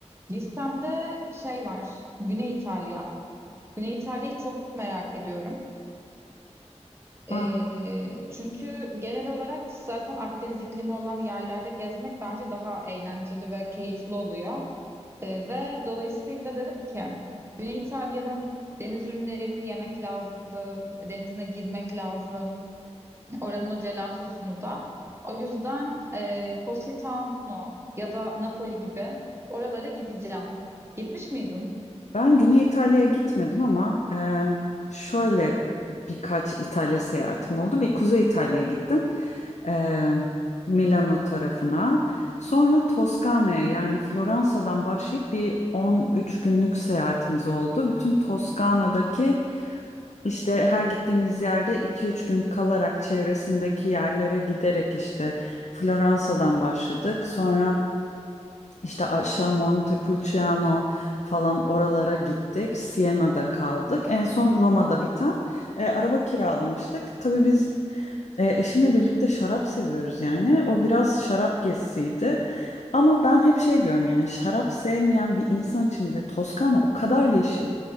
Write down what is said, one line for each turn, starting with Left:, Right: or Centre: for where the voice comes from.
Right: Listemde şey var, Güney İtalya. Güney İtalya'yı çok merak ediyorum. E,
Left: Ah,
Right: çünkü genel olarak zaten Akdeniz iklimi olan yerlerde gezmek bence daha eğlenceli ve keyifli oluyor. E, ve dolayısıyla dedim ki Güney İtalya'nın deniz ürünlerini yemek lazım, denizine girmek lazım. Oranın o gelatosunu da. O yüzden e, Positano ya da Napoli gibi oralara gideceğim. Gitmiş miydin?
Left: ben Güney İtalya'ya gitmedim ama eee, şöyle birkaç İtalya seyahatim oldu. Bir Kuzey İtalya'ya gittim. Eee, Milano tarafına. Sonra Toskana'ya yani Floransa'dan başlayıp bir 13 günlük seyahatimiz oldu. Bütün Toskana'daki İşte her gittiğimiz yerde iki üç gün kalarak çevresindeki yerlere giderek işte Floransa'dan başladık. Sonra işte aşağı Montepulciano falan oralara gittik. Siena'da kaldık. En son Roma'da biten e, araba kiralamıştık. Tabii biz e, eşimle birlikte şarap seviyoruz yani. O biraz şarap gezisiydi. Ama ben hep şey diyorum yani şarap sevmeyen bir insan için bile Toskana o kadar yeşil,